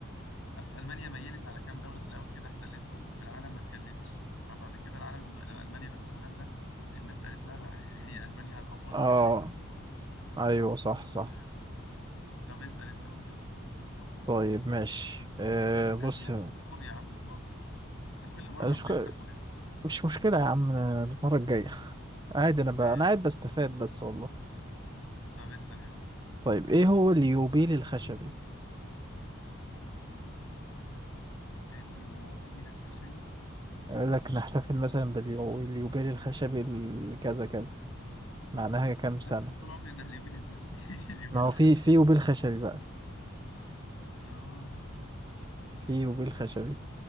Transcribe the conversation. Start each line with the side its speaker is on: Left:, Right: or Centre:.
Left: اصل المانيا ميلت على كام دوله في الاول كده احتلتهم والعالم ما اتكلمش فبعد كده العالم لما لما المانيا غزت بولندا الناس قالت لها بقى <laughs> هي المانيا افورت
Right: اه
Left: كده
Right: أيوة صح صح
Left: ليه طب اسأل انت بقى يلا دورك
Right: طيب ماشي آه بص
Left: انا نسينا نحط سكور يا عم خالص احنا كل مرة
Right: مش
Left: بنسرح وننسى
Right: مش مشكلة يا عم المرة الجاية عادي أنا بقى
Left: ماشي
Right: أنا قاعد بستفاد بس والله
Left: طب اسأل يلا
Right: طيب إيه هو اليوبيل الخشبي؟
Left: اليوبيل الخشبي
Right: يقول لك نحتفل مثلا باليوبيل الخشبي ال- كذا كذا معناها كام سنة؟
Left: انا اسمع طول عمري انها اليوبيل الذهبي <laughs> اليوبيل
Right: ما هو
Left: الخشبي
Right: في في
Left: دي
Right: يوبيل خشبي بقى
Left: اه
Right: في يوبيل خشبي